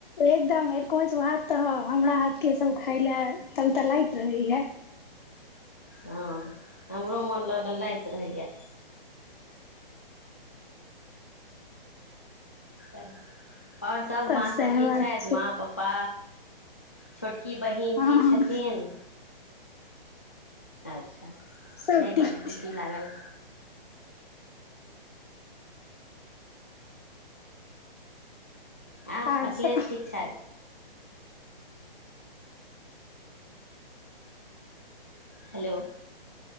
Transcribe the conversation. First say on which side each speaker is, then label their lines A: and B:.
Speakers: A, on the left; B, on the left.
A: एकदमर कोच भात तऽ हमरा हाथ के सब खााय ले तल त लइत रहैय
B: हँ हमरो मोन लऽ लेल लैत रहैए अच <inaudible> आओर सभ
A: तऽ
B: माँ
A: सएह
B: सभ ठीक
A: बात
B: छथि
A: छै
B: माँ पप्पा छोट की बहिन
A: हँ
B: ठीक
A: हँ
B: छथिन अच्छा नहि
A: सब ठीक
B: बड्ड खुशी
A: छै
B: लागल ह आँ
A: आर
B: अखलेश
A: सब
B: ठीक छै हेलो